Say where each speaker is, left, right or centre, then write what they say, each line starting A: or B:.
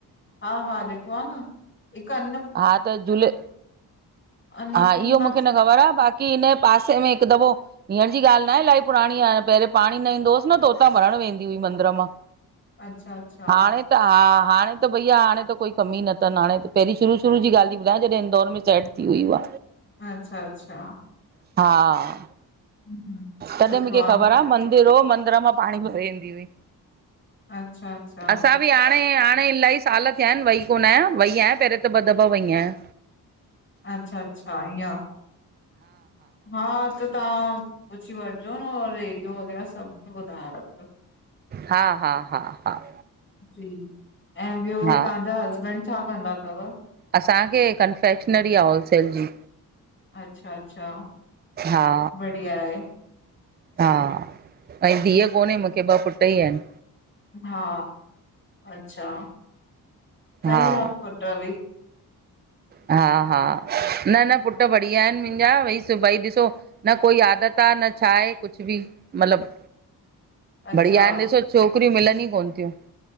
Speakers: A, on the left (about 30°); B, on the right (about 25°).
A: हा, हा ॾिठो आ न हिक अन
B: हा, त झूले
A: अन्नपूर्णा
B: हा, इहो मुखे न ख़बर आ बाक़ी हिन जे पासे में हिक दफ़ो हींअर जी ॻाल्ह न आहे इलाही पुराणी आहे पेहरियोें पाणी न ईंदो हुयुस न त उतां भरण वेंदी हुई मंदर मां।
A: अच्छा, अच्छा
B: हाणे त हा हाणे त भईया हाणे त कोई कमी न तन हाणे त पेहरीं शुरू शुरू जी ॻाल्ह ती ॿुधायां जॾहिं इंदौर में सेट थी हुई उवा।
A: अच्छा, अच्छा
B: हा
A: हम्म
B: तॾहिं
A: सुठो
B: मुखे
A: आहे
B: ख़बर
A: न
B: आ मंदिर हो मंदर मां पाणी भरे ईंदी हुई।
A: अच्छा, अच्छा
B: असां हाणे, हाणे इलाही साल थिया आहिन वई कोन आयां वई आयां पेहिरें त ॿ दफ़ा वई आयां।
A: अच्छा, अच्छा ईअं हा त तहां पुछी वठजोन और एरियो वग़ैरह सभ मुखे ॿुधाए रखजो।
B: हा, हा, हा, हा
A: जी, ऐं ॿियो
B: हा
A: तव्हांजा हसबैंड छा कंदा तव?
B: असांखे कनफेक्शनरी आ होलसेल जी।
A: अच्छा अचछा
B: हा
A: धीअ आहे।
B: हा ऐं धीअ कोन्हे मूंखे ॿ पुट्र ही आहिनि।
A: हा, अच्छा सही
B: हा
A: आ पुट्र बि।
B: हा हा न न पुट्र बढ़िया आहिनि मुंहिंजा भाई ॾिसो। न कोई आदत आ न छा आहे कुछ बि। मतलब
A: अच्छा,
B: बढ़िया आहिन ॾिसो छोकिरियूं मिलनि हघ कोन थियूं।